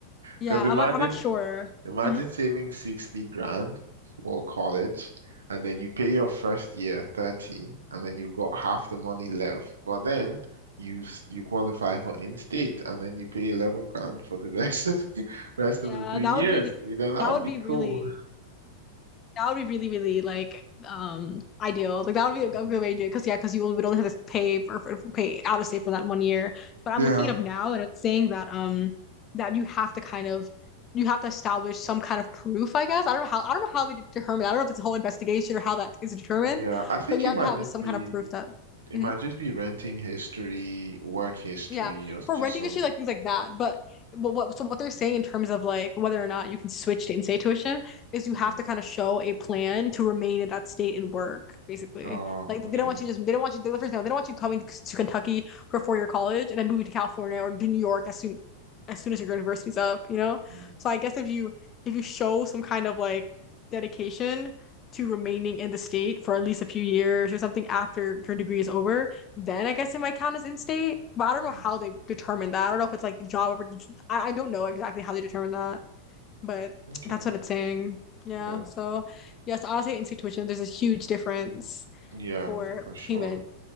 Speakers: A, on the left; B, on the right.
A: Yeah,
B: Because imagine
A: I'm not, I'm not sure.
B: Imagine
A: hmm
B: saving 60 grand for college, and then you pay your first year 30, and then you've got half the money left. But then you s- you qualify for in-state, and then you pay 11 grand for the rest of <laughs> the rest of
A: Yeah,
B: the three
A: that
B: years.
A: would be,
B: You know, that
A: that
B: would
A: would
B: be
A: be really
B: cool.
A: That would be really, really like um ideal. Like that would be a good
B: Hmm.
A: way to do it because yeah, because you would only have to pay for, for pay out of state for that one year. But I'm
B: Yeah.
A: looking it up now and it's saying that um that you have to kind of you have to establish some kind of proof, I guess. I don't know how I don't know how they determine. I don't know if it's a whole investigation or how that is determined,
B: Yeah, I think
A: but you
B: it
A: have
B: might
A: to have
B: just
A: some
B: be
A: kind of proof that.
B: it
A: Mhm.
B: might just be renting history, work history,
A: Yeah,
B: or s-
A: for
B: just
A: renting
B: some.
A: issue, like things like that. But, but what so what they're saying in terms of like whether or not you can switch to in-state tuition is you
B: Mm.
A: have to kind of show a plan to remain in that state and work, basically.
B: Oh,
A: Like they
B: okay.
A: don't want you just they don't want you the first thing they don't want you coming to, to Kentucky for four-year college and then moving to California or to New York as soon as soon as your university's up, you know?
B: Mm,
A: So I guess if you if you show some kind of like dedication to remaining in the state for at least a few years or something after your degree is over then I guess it might count as in state. But I don't
B: mm.
A: know how they determine that. I don't know if it's like job or I, I don't know exactly how they determine that, but
B: Okay.
A: that's what it's saying. Yeah.
B: Yeah.
A: So yes, I'll say in state tuition, there's a huge difference
B: Yeah,
A: for
B: for sure.
A: payment.